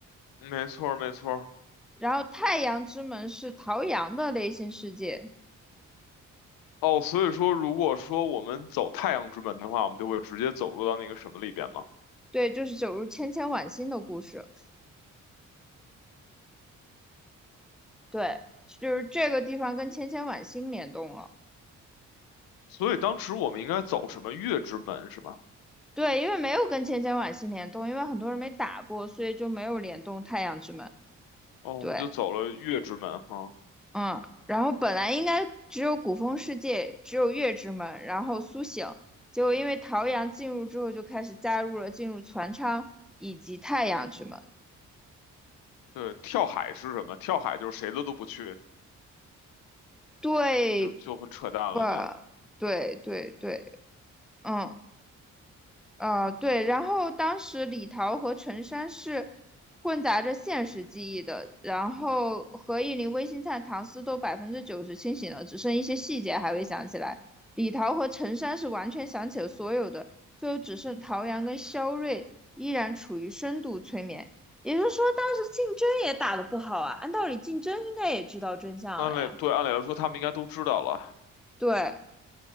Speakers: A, on the left; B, in the centre.
A: 没错儿，没错儿。
B: 然后太阳之门是陶阳的内心世界，
A: 哦，所以说，如果说我们走太阳之门的话，我们就会直接走入到那个什么里边嘛。
B: 对，就是走入千千晚星的故事，对，就是这个地方跟千千晚星联动了。
A: 所以当时我们应该走什么月之门是吧？
B: 对，因为没有跟千千晚星联动，因为很多人没打过，所以就没有联动太阳之门。
A: 哦，
B: 对，
A: 我们就走了月之门哈。
B: 嗯，然后本来应该只有古风世界，只有月之门，然后苏醒，结果因为桃阳进入之后，就开始加入了进入船舱以及太阳之门，
A: 对，跳海是什么？跳海就是谁的都不去，
B: 对
A: 啊，就就很扯淡了呢。
B: 吧？对对对，嗯，呃，对，然后当时李桃和陈山是混杂着现实记忆的，然后何以林、魏新灿、唐斯都百分之九十清醒了，只剩一些细节还未想起来。李桃和陈山是完全想起了所有的，最后只剩陶阳跟肖瑞依然处于深度催眠。也就是说，当时竞争也打得不好啊。按道理，竞争应该也知道真相了呀。
A: 按理对，按理来说他们应该都知道了，
B: 对，